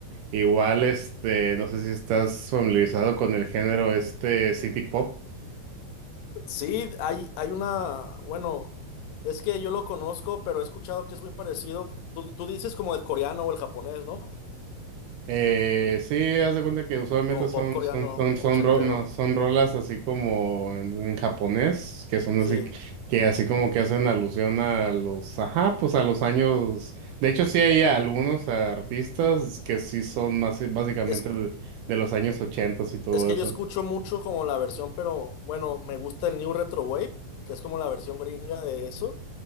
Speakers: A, on the right; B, on the left.
A: Igual, este, no sé si estás familiarizado con el género este City Pop.
B: Sí, hay, hay una, bueno, es que yo lo conozco, pero he escuchado que es muy parecido. Tú, tú dices como el coreano o el japonés, ¿no?
A: Eh, sí, haz de cuenta que usualmente
B: Como
A: son,
B: pop coreano
A: son, son, son,
B: ochentero.
A: ro- no, son rolas así como en, en japonés, que son
B: Sí.
A: así, que que así como que hacen alusión a los, ajá, pues a los años. De hecho, sí hay algunos artistas que sí son más básicamente
B: Es,
A: de, de los años ochentas y todo
B: es que
A: eso.
B: yo escucho mucho como la versión, pero bueno, me gusta el New Retro Wave, que es como la versión gringa de eso.